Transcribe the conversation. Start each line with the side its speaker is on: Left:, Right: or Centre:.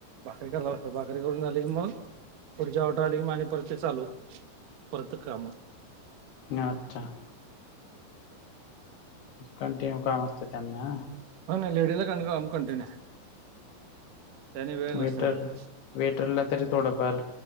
Right: भाकरी करालात भाकरी करून झाली की मग पुढची ऑर्डर आली की मग आणि परत ते चालू. परत काम
Left: अच्छा. कंटिन्यू काम असते त्यांना
Right: हो ना लेडीज ला का काम कंटिन्यू आहे. त्यानी वेळ
Left: वेटर
Right: नसत मग
Left: वेटरला तरी थोडंफार